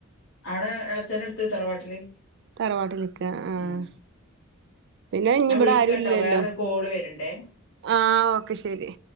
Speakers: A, on the left; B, on the right.
A: അവ്ടെ എളച്ചന്റെട്ത്ത് തറവാട്ടില്
B: തറവാട്ടില് നിക്കാ ആഹ്.
A: ഉം
B: പിന്നെ ഇഞ്ഞ്
A: ഞാൻ
B: ഇബ്ടെ
A: വിളിക്കട്ടോ
B: ആരുല്ലല്ലോ.
A: വേറൊരു കോള് വരണ്ടേ
B: ആഹ് ഓക്കെ ശെരി.